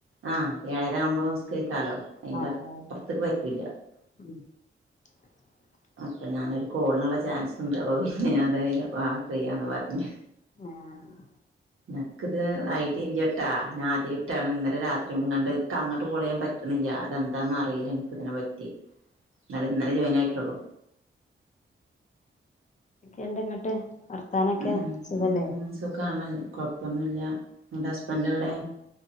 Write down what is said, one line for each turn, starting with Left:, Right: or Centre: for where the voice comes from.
Right: ആഹ് ഏഴരാ ആവുമ്പോ നിസ്കരിക്കലോ അതിന്റെ
Left: ആഹ്
Right: അപ്പുറത്തേക്ക് പറ്റില്ല.
Left: <inaudible>
Right: അപ്പൊ ഞാനൊരു കോളിനുള്ള ചാൻസ് ഉണ്ട് അപ്പൊ പിന്നെ ഞാൻ ആ ചെയ്യന്നു പറഞ്.
Left: ആഹ്
Right: അനക്കിത് ഐഡിയ ഇല്ല്യട്ടാ. ഞാ ആദ്യയിട്ടാണ് ഇന്നലെ രാത്രി ങ്ങണ്ട് നിക്ക് അങ്ങട്ട് കാൾ ചെയാൻ പറ്റണില്ല. അതെന്താന്നറിയില്ല എനിക്ക ഇതിനെറ്റ നല്ല ഇന്നലെ ജോയിൻ ആയിട്ടുള്ളു.
Left: എന്തൊക്കെയുണ്ട് ഇങ്ങോട്ട്? വർത്താനൊക്കെ
Right: ഉം
Left: സുഖല്ലേ.
Right: ഉം സുഖാണ് കൊഴപ്പൊന്നുല്ല. അന്റെ ഹസ്ബൻഡ് എവിടെ?